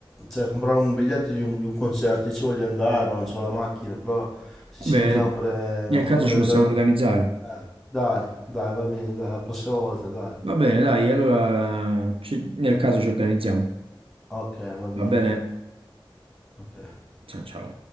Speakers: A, in the centre; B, on the right.
A: cioè, comprare un biglietto di un, di un concerto, io ci voglio andare, ma non ho la macchina, però se
B: Eh
A: ci
B: Beh,
A: sentiamo per eh,
B: nel
A: organizzare...
B: caso ci possiamo organizzare.
A: eh, dai, dai, va bene, dai, la prossima volta, dai.
B: Va bene, dai, allora ci- nel caso ci organizziamo.
A: Ok, va bene,
B: Va bene?
A: ok.
B: Ciao ciao.